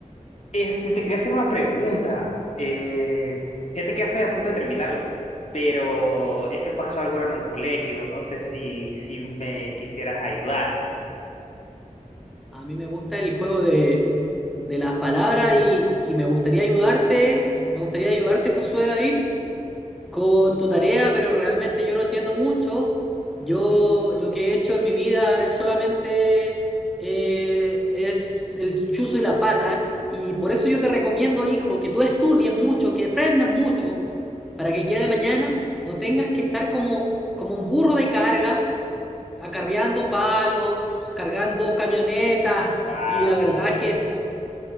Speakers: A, on the left; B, in the centre.
A: este, te quería hacer una pregunta. Eh, fíjate que ya estoy a punto de terminarla, pero es que pasó algo en el colegio. No sé si, si me quisieras ayudar.
B: A mí me gusta el juego de, de las palabras y, y me gustaría ayudarte, me gustaría ayudarte Josué David con tu tarea, pero realmente yo no entiendo mucho. Yo lo que he hecho en mi vida es solamente eh, es el chuzo y la pala, y por eso yo te recomiendo, hijo, que tú estudies mucho, que aprendas mucho, para que el día de mañana no tengas que estar como, como un burro de carga, acarreando palos, cargando camionetas,
A: Sí, pa,
B: y la verdad
A: sí.
B: que es,